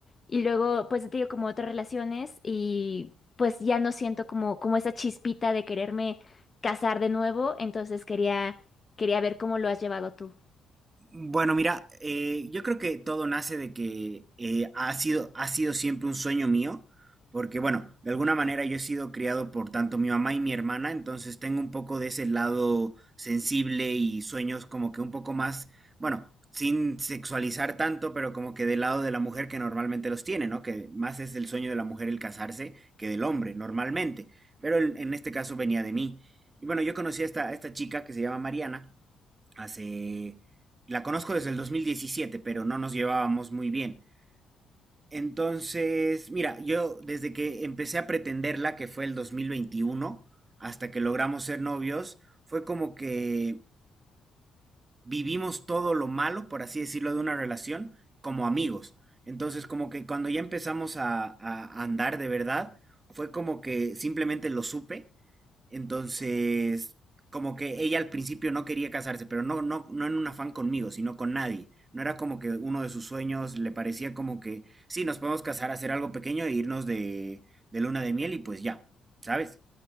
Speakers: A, on the left; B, on the right.
A: Y luego, pues te digo, como otras relaciones y pues ya no siento como, como esa chispita de quererme casar de nuevo. Entonces quería, quería ver cómo lo has llevado tú.
B: Bueno, mira, eh, yo creo que todo nace de que eh, ha sido, ha sido siempre un sueño mío, porque bueno, de alguna manera yo he sido criado por tanto mi mamá y mi hermana, entonces tengo un poco de ese lado sensible y sueños como que un poco más, bueno, sin sexualizar tanto, pero como que del lado de la mujer que normalmente los tiene, ¿no? Que más es el sueño de la mujer el casarse que del hombre, normalmente, pero en en este caso venía de mí. Y bueno, yo conocí a esta, a esta chica que se llama Mariana hace... La conozco desde el 2017, pero no nos llevábamos muy bien. Entonces, mira, yo desde que empecé a pretenderla, que fue el 2021, hasta que logramos ser novios, fue como que vivimos todo lo malo, por así decirlo, de una relación como amigos. Entonces, como que cuando ya empezamos a, a andar de verdad, fue como que simplemente lo supe entonces, como que ella al principio no quería casarse, pero no, no, no en un afán conmigo, sino con nadie. No era como que uno de sus sueños le parecía como que, sí, nos podemos casar, hacer algo pequeño e irnos de, de luna de miel y pues ya, ¿sabes?